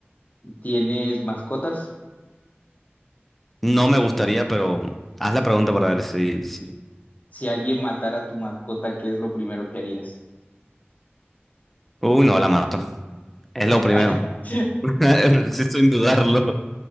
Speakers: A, on the left; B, in the centre.
A: ¿tienes mascotas?
B: No me gustaría, pero haz la pregunta para ver si... si-
A: Si alguien matara a tu mascota, ¿qué es lo primero que harías?
B: Uy, no, la mato. Es
A: <laughs>
B: lo primero. <laughs> Sí, sin dudarlo.